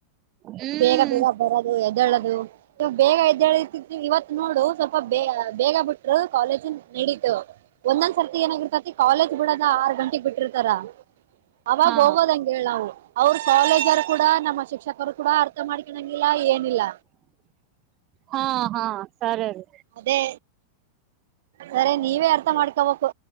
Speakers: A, on the right; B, on the right.
A: ಹ್ಮ್
B: ಬೇಗ ಬೇಗ ಬರದು ಎದ್ದೇಳೋದು ನೀವು ಬೇಗ ಎದ್ದಳತತ್ ಇವತ್ತ ನೋಡು ಸ್ವಲ್ಪ ಬೇ ಬೇಗ ಬಿಟ್ರು ಕಾಲೇಜನ ನಡೀತು ಒಂದೊಂದ್ ಸರ್ತಿ ಏನಾಗಿರ್ತತಿ ಕಾಲೇಜ್ ಬಿಡದ ಆರ್ ಗಂಟೆಕ್ ಬಿಟ್ಟಿರ್ತಾರ ಅವಾಗ
A: ಹಾ
B: ಹೋಗೋದಂಗ್ ಹೇಳ್ ನಾವು ಅವರು ಕಾಲೇಜರ್ ಕೂಡ ನಮ್ಮ ಶಿಕ್ಷಕರು ಕೂಡ ಅರ್ಥ ಮಾಡ್ಕನಂಗಿಲ್ಲ ಏನಿಲ್ಲ.
A: ಹಾ ಹಾ ಸರಿ ರೀ.
B: ಅದೇ ಸರಿ ನೀವೇ ಅರ್ಥ ಮಾಡಕೊಬೇಕು.